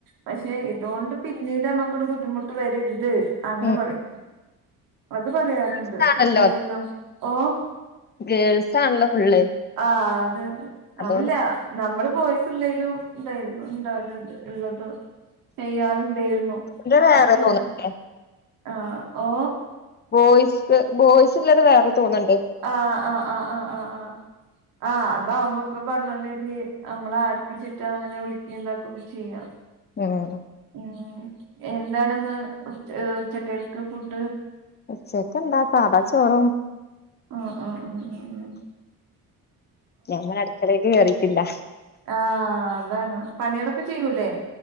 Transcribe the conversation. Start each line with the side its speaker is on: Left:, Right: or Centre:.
Right: പക്ഷെ ഇതുകൊണ്ട് പിന്നീട് നമ്മക്കൊരു ബുദ്ധിമുട്ട് വരരുത് അങ്ങനെ
Left: ഉം
Right: പറയും അത് പറയാറുണ്ട്
Left: ഇതാണല്ലോ
Right: മൊബൈൽ നമ്പ ഓ
Left: ഗേൾസ് ആണല്ലോ ഫുള്ള്
Right: ആഹ അതന്നെ
Left: അതുകൊണ്ട്
Right: ആമില്ല നമ്മുടെ ബോയ്സ്ള്ളെലും ഇതായിരുന്നു ഉണ്ടാവലുണ്ട് ഉള്ളത് ചെയ്യാറുണ്ടായിരുന്നു
Left: ഇത് വേറെ
Right: ഇപ്പല്ല
Left: തോന്നണ്ടേ
Right: ആ ഓ
Left: ബോയ്സ് ബോയ്സ്ല്ലത് വേറെ തോന് ഉണ്ട്
Right: ആഹ ആഹ് ആഹ ആഹ് ആഹ് ആഹ ആഹ് അതാവുമ്പോ ഇപ്പൊ പറഞ്ഞല്ലേരി നമ്മള ആർക്കും ചുറ്റ അങ്ങനെ വിളിക്ക ഇന്താക്കുകൊക്കെ ചെയ്യാം
Left: മം മം
Right: ഉ ഉം എന്താണെന്ന് ഉച്ച ഉച്ചക്കരി ഫുഡ്
Left: ഉച്ചക് എന്താ സാധ ചോറും
Right: ആഹ് ആഹ് ആഹ് ഉം
Left: ഞങ്ങള് അടുക്കളേക്ക് കേറിട് ഇല്ല
Right: ആഹ അതാണ് പണികളൊക്കെ ചെയ്യൂല്ലേ